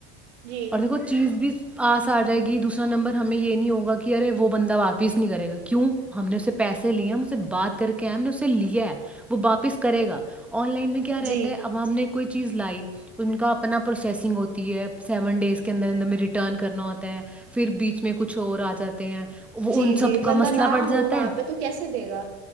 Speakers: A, on the right (about 80°); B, in the centre.
A: جی
B: اور دیکھو چیز بھی آس آ جائے گی دوسرا نمبر ہمیں یہ نہیں ہوگا ارے وہ بندہ واپس نہیں کرے گا کیوں ہم نے اسے پیسے لے ہمے بات کر کے ہم نے اسے لیا وہ واپس کرے گا آن لائن میں کیا رہتا
A: جی
B: ہے عوام نے کوئی چیز لائی ان کا اپنا پروسیسنگ ہوتی ہے سیون ڈیز کے اندر اندر میں ریٹرن کرنا ہوتا ہے پھر بیچ میں کچھ اور آتا سات ہیں وہ
A: جی
B: ان
A: جی
B: سب کا
A: بندہ
B: مسئلہ
A: نہ
B: بڑھ جاتا
A: ہو وہاں
B: ہے
A: پہ تو کیسے دے گا